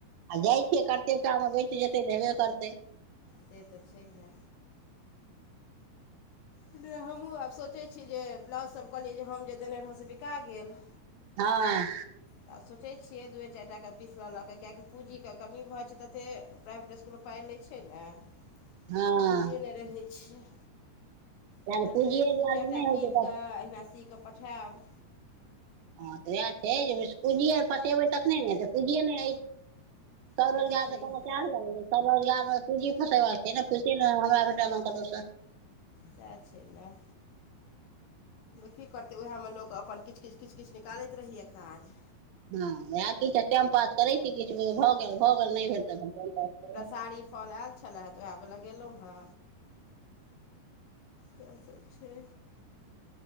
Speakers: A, on the right; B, on the left.
A: आ जाइ छियै कतेक टा मे बइज जेतै तऽ हेबे करतै
B: से तऽ छैहे हम हूँ आब सोचैत छी जे ब्लाउजसभ कहलियै जे हम जे देने रहै से बिका गेल
A: हँ
B: तऽ आब सोचैत छियै दुए चारि टाके पीस लेलऽ लऽ कऽ कियकि पूँजीके कमी भऽ छै ततेक प्राइभेट इसकुलमे पाइ लै छै ने तऽ
A: हँ
B: पुजिए नहि रहै छैियै
A: तैं
B: तखन
A: ने पूँजिये
B: तऽ अछि
A: दुआरे
B: दू चारि
A: नहि
B: टा
A: होइ
B: कीनि
A: छै बस
B: कऽ अहिना सी कऽ पठायब
A: हँ तऽ उएह छै जे पूजीए फँसेबै तखने ने तऽ पूजियए ने अछि सब
B: से
A: रोजगार
B: तऽ छैहे
A: त क च लागल सब रोजगारमे पूँजी फसेबाक छै ने पू नहि हमरा भेटलमे कतहुसँ
B: सएह छल नेए की करतै उएहमे लोक अपन किछु किछु किछु किछु निकालैत रहैए काज
A: हँ उएह किछु टाइम पास करैत छी किछु भऽ गेल भऽ गेल नहि भेल तऽ अपन टाइम प
B: कारी फल आयल च त आब‌ गेलेलहु हँ इएह सभ छै